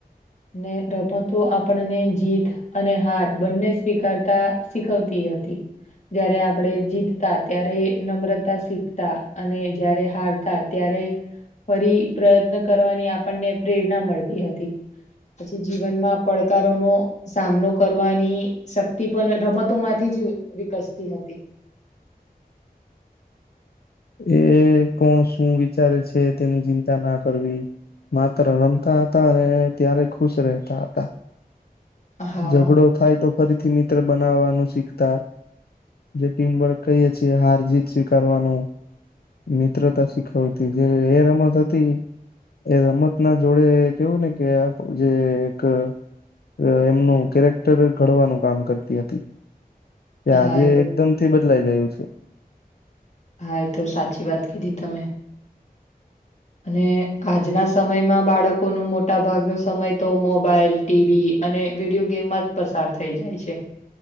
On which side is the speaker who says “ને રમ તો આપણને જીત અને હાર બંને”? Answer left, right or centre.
Left